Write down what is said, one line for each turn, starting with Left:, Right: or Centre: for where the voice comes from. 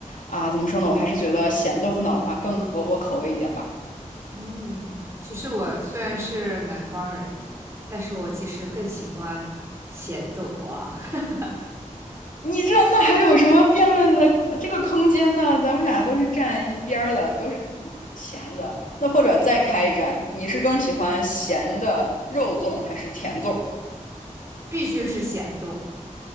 Left: 啊，怎么说呢，我还是觉得咸豆腐脑的话更合我口味一点吧。
Right: 嗯，其实我虽然是南方人，但是我其实更喜欢咸豆花，<laughs>
Left: 你这那还有什么辩论的这个空间呢？咱们俩都是站一边儿的，都是咸的。那或者再开一战，你是更喜欢咸的肉粽还是甜粽？
Right: 必须是咸豆，